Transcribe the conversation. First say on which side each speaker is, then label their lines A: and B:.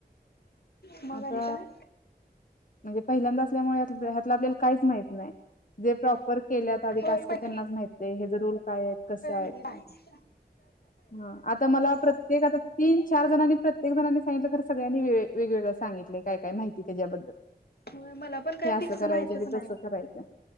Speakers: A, on the left; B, on the left.
A: मग
B: आता
A: आणि काय
B: म्हणजे पहिल्यांदा असल्यामुळे ह्यातलं आपल्याला काहीच माहित नाही. जे प्रॉपर केल्यात आधी
A: होय
B: टास्क
A: पण
B: त्यांनाच माहित हेच रुल काय आहेत, कसं आहे.
A: ते पाहिजे.
B: हा आता मला प्रत्येक, आता तीन-चार जणांनी प्रत्य एक जणांनी सांगितलं खर, सगळ्यांनी वे वेगवेगळे सांगितलय, काय काय माहिती त्याच्याबद्दल
A: व्हय मला पण काय
B: हे असं
A: फिक्स
B: करायचं
A: माहितच
B: ते
A: नाय,
B: तसं करायचं